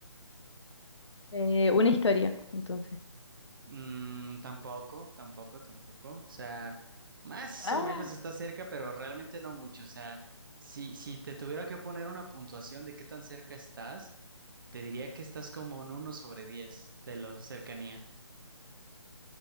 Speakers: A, on the left; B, on the right.
A: Eh, una historia, entonces.
B: Mm, tampoco, tampoco, tampoco. O sea, más
A: Ah.
B: o menos está cerca, pero realmente no mucho. O sea, si, si te tuviera que poner una puntuación de qué tan cerca estás, te diría que estás como en uno sobre 10 de la cercanía.